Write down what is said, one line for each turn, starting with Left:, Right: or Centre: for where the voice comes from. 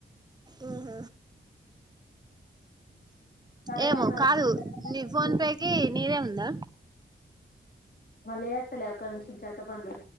Right: ఉ హ
Left: సరేలే
Right: ఏమో
Left: మరి
Right: కాదు నీ ఫోన్ పేకి నీదే ఉందా
Left: మళ్ళీ ఎత్తలే అక్కడి నుంచి చెత్త బండ్లు